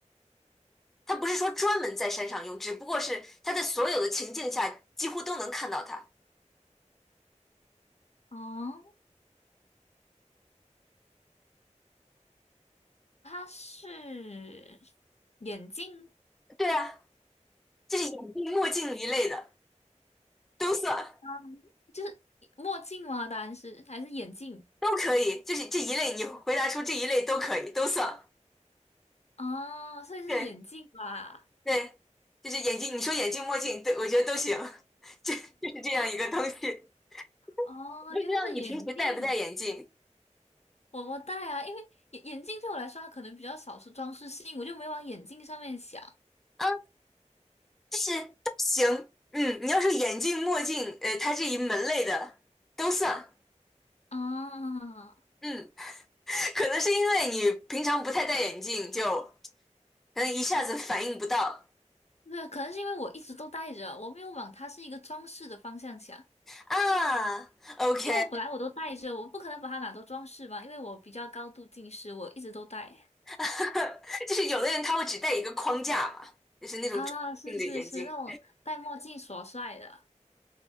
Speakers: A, in the centre; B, on the left.
A: 他不是说专门在山上用，只不过是他在所有的情境下几乎都能看到他。
B: 哦，它是眼镜，
A: 对啊，就是眼镜、墨镜一类的都算，
B: 啊，就是墨镜吗？答案是还是眼镜？
A: 都可以。就是这一类，你回答出这一类都可以，都算。
B: 哦，所以是眼镜吧？
A: 对对，就是眼镜，你说眼镜、墨镜，对我觉得都行。<laughs> 就就是这样一个东西。<laughs>
B: 哦，
A: 不知道你平时戴不戴眼镜
B: 原来是眼镜。我我戴啊，因为眼眼镜对我来说，它可能比较少是装饰性，我就没往眼镜上面想
A: 啊？就是都行。嗯，你要说眼镜、墨镜，呃，它这一门类的都算。
B: 啊。
A: 嗯，可能是因为你平常不太戴眼镜，就。可能一下子反应不到
B: 对，可能是因为我一直都戴着，我没有往它是一个装饰的方向想。
A: 啊。OK，
B: 因为我本来我都戴着，我不可能把它拿都装饰吧，因为我比较高度近视，我一直都戴。
A: <laughs> 就是有的人他会只戴一个框架嘛，就是那种重镜的眼镜。
B: 啊，是是是，那种戴墨镜耍帅的，